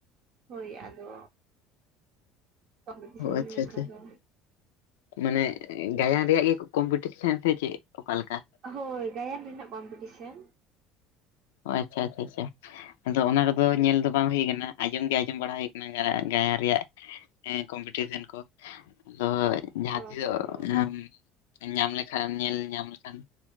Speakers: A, on the right; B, on the left.
A: ᱦᱳᱭ ᱟᱫᱚ ᱠᱚᱢᱯᱤᱞᱤᱥᱮᱱ
B: ᱚ ᱟᱪᱪᱷᱟ
A: ᱞᱮᱠᱟ
B: ᱟᱪᱪᱷᱟ
A: ᱫᱚ᱾
B: ᱢᱟᱱᱮ ᱜᱟᱭᱟᱱ ᱨᱮᱭᱟᱜ ᱜᱮ ᱠᱚᱢᱯᱤᱴᱤᱥᱮᱱ ᱥᱮ ᱪᱮᱜ ᱚᱠᱟᱞᱮᱠᱟ
A: ᱦᱳᱭ ᱜᱟᱭᱟᱱ ᱨᱮᱱᱟᱜ ᱠᱚᱢᱯᱤᱴᱤᱥᱮᱱ ᱾
B: ᱚ ᱟᱪᱪᱷᱟ ᱟᱪᱪᱷᱟ ᱟᱪᱪᱷᱟ ᱟᱫᱚ ᱚᱱᱟ ᱠᱚᱫᱚ
A: ᱦᱳᱭ
B: ᱧᱮᱞ ᱫᱚ ᱵᱟᱝ ᱦᱩᱭ ᱟᱠᱟᱱᱟ ᱾ ᱟᱸᱡᱚᱢ ᱜᱮ ᱟᱸᱡᱚᱢ ᱵᱟᱲᱟ ᱦᱩᱭ ᱠᱟᱱᱟ ᱜᱟᱭᱟᱱ ᱨᱮᱭᱟᱜ ᱠᱚᱢᱯᱤᱴᱤᱥᱮᱱ ᱠᱚ ᱟᱫᱚ ᱡᱟᱦᱟᱸ
A: ᱚ
B: ᱛᱤᱥᱚᱜ
A: ᱦᱚᱸ
B: ᱡᱟᱦᱟᱢ ᱧᱟᱢ ᱞᱮᱠᱷᱟᱱ ᱧᱮᱞ ᱧᱟᱢ ᱞᱮ ᱟᱸᱽ